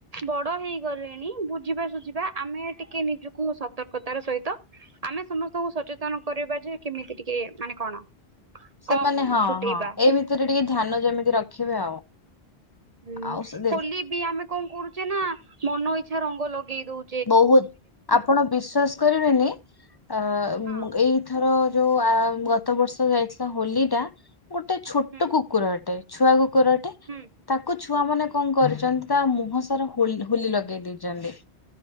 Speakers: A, on the right; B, on the left.
A: ବଡ ହେଇ ଗଲିଣି ବୁଝିବା ସୁୁଝିବା ଆମେ ଟିକେ ନିଜକୁ ସତର୍କତାର ସହିତ ଆମେ ସମସ୍ତଙ୍କୁ ସଚେତନ କରିବା ଯେ କେମିତି ଟିକେ ମାନେ କଣ?
B: ସେମାନେ
A: କମ
B: ହଁ
A: ଫୁଟେଇବା।
B: ହଁ ଏଇ ଭିତରେ ଟିକେ ଧ୍ୟାନ ଯେମିତି ରଖିବେ ଆଉ।
A: ହୁଁ
B: ଆଉ ସେ ଦେ-
A: ହୋଲି ବି ଆମେ କଣ କରୁଛେ ନା ମନ ଇଛା ରଙ୍ଗ ଲଗେଇ ଦଉ
B: ବହୁତ ଆପଣ ବିଶ୍ଵାସ କରିବେନି ଆ
A: ହଁ
B: ଏଇ ଥର ଯୋଉ ଆ ଗତ ବର୍ଷ ଯାଇଥିଲା ହୋଲି ଟା ଗୋଟେ ଛୋଟ
A: ହୁଁ
B: କୁକୁର ଅଟେ। ଛୁଆ କୁକୁରଟେ।
A: ହୁଁ।
B: ତାକୁ ଛୁଆ ମାନେ କଣ କରୁଚନ୍ତି ତା ମୁହଁ ସାରା ହୋଲି ହୋଲି ଲଗେଇ ଦେଇଚନ୍ତି।